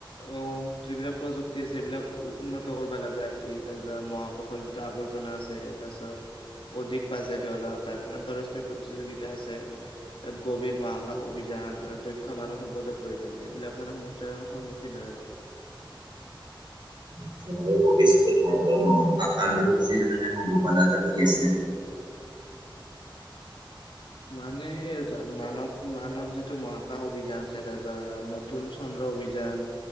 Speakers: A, on the left; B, on the right.
A: অ, যিবিলাক প্ৰযুক্তি আছে, সেইবিলাক উন্নত কৰিব লগা হৈছে। তাৰপৰা মহাকাশৰ যি আৱৰ্জনা আছে। তাৰপিছত অধিক বাজেট অলপ তাত আন্তঃৰাষ্ট্ৰীয় প্ৰতিযোগিতা আছে। তাত গভীৰ মহাকাশ অভিযান আৰু দক্ষ দক্ষ মানৱ সম্পদৰ প্ৰয়োজন, এইবিলাক মানে সমস্যাৰ সন্মুখীন হয় আৰু।
B: আচ্ছা, ভৱিষ্যতে ভাৰতৰ মহাকাশ কাৰ্যসূচীৰ মানে সম্ভাৱনাটো কি আছে?
A: মানে সেই তাত মানৱ-মানৱ যিটো মহাকাশ অভিযান আছে, তাত বা নতুন চন্দ্ৰ অভিযান,